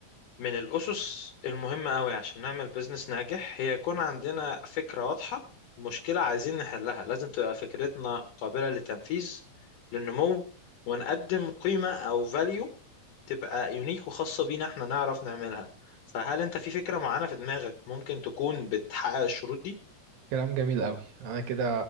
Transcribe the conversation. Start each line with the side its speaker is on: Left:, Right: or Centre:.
Left: من الأسس المهمة أوي عشان نعمل بيزنس ناجح هي يكون عندنا فكرة واضحة مشكلة عايزين نحلها لازم تبقى فكرتنا قابلة للتنفيذ للنمو ونقدم قيمة أو فاليو تبقى يونيك وخاصة بينا احنا نعرف نعملها فهل أنت في فكرة معينة في دماغك ممكن تكون بتحقق الشروط دي؟
Right: كلام جميل قوي انا كده